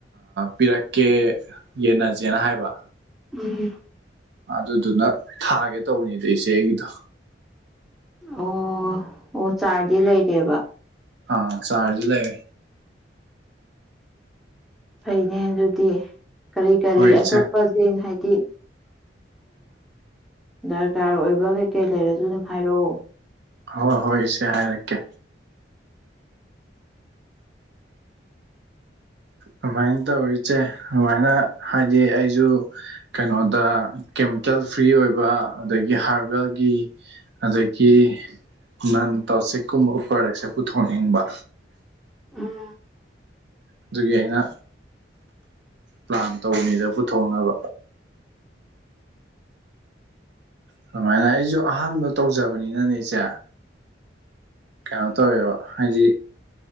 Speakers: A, on the right; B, in the centre.
A: ꯄꯤꯔꯛꯀꯦ ꯌꯦꯟꯅꯖꯦꯅ ꯍꯥꯏꯕ
B: ꯎꯝ
A: ꯑꯗꯨꯗꯨꯅ ꯊꯥꯒꯦ ꯇꯧꯕꯅꯤꯗ ꯏꯆꯦ ꯑꯩꯒꯤꯗꯣ
B: ꯑꯣ ꯑꯣ ꯆꯥꯔꯗꯤ ꯂꯩꯔꯦꯕ
A: ꯑꯥ ꯆꯥꯔꯖ ꯂꯩꯦ
B: ꯐꯩꯅꯦ ꯑꯗꯨꯗꯤ ꯀꯔꯤ ꯀꯔꯤ
A: ꯍꯣꯏ ꯏꯆꯦ
B: ꯑꯇꯣꯞꯄꯁꯤꯡ ꯍꯥꯏꯗꯤ ꯗꯔꯀꯥꯔ ꯑꯣꯏꯕ ꯀꯩꯀꯩ ꯂꯩꯔꯁꯨ ꯑꯗꯨꯝ ꯍꯥꯏꯔꯛꯑꯣ
A: ꯍꯣꯏ ꯍꯣꯏ ꯏꯆꯦ ꯍꯥꯏꯔꯛꯀꯦ ꯑꯗꯨꯃꯥꯏꯅ ꯇꯧꯔꯤꯁꯦ ꯑꯗꯨꯃꯥꯏꯅ ꯍꯥꯏꯗꯤ ꯑꯩꯁꯨ ꯀꯩꯅꯣꯗ ꯀꯦꯃꯤꯀꯦꯜ ꯐ꯭ꯔꯤ ꯑꯣꯏꯕ ꯑꯗꯒꯤ ꯍꯥꯔꯕꯦꯜꯒꯤ ꯑꯗꯒꯤ ꯅꯟ ꯇꯣꯁꯤꯛꯀꯨꯝꯕ ꯄ꯭ꯔꯗꯛꯁꯦ ꯄꯨꯊꯣꯛꯅꯤꯡꯕ
B: ꯎꯝ
A: ꯑꯗꯨꯒꯤ ꯑꯩꯅ ꯄ꯭ꯂꯥꯟ ꯇꯧꯕꯅꯤꯗ ꯄꯨꯊꯣꯛꯅꯕ ꯑꯗꯨꯃꯥꯏꯅ ꯑꯩꯁꯨ ꯑꯍꯥꯟꯕ ꯇꯧꯖꯕꯅꯤꯅꯅꯦ ꯑꯩꯁꯦ ꯀꯩꯅꯣ ꯇꯧꯋꯦꯕ ꯍꯥꯏꯗꯤ